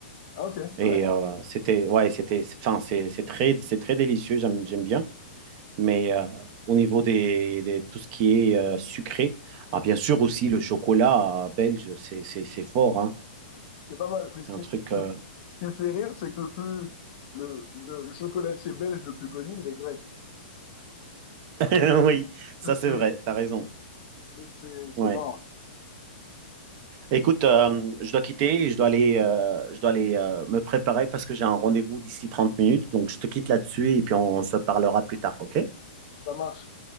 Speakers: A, on the left (about 50°); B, on the right (about 40°).
A: Ah, ok,
B: Et
A: ouais,
B: euh, c'était, ouais, c'était, enfin, c'est c'est très, c'est très délicieux. J'aime, j'aime bien. Mais euh, au niveau des, des- tout ce qui est euh, sucré, ah, bien sûr aussi le chocolat euh, belge, c'est, c'est, c'est fort, hein.
A: c'est pas mal. Mais
B: C'est
A: ce qui,
B: un truc.
A: ce qui-
B: euh,
A: ce qui me fait rire, c'est que le plus, le, le, le chocolatier belge le plus connu, il est grec.
B: <laughs> Oui, ça c'est
A: Les-
B: vrai, t'as raison.
A: C'est, c'est
B: Ouais.
A: marrant,
B: Écoute, euh, je dois quitter, je dois aller, euh, je dois aller euh, me préparer parce que j'ai un rendez-vous d'ici trente minutes. Donc je te quitte là-dessus et puis on se parlera plus tard, ok?
A: ça marche.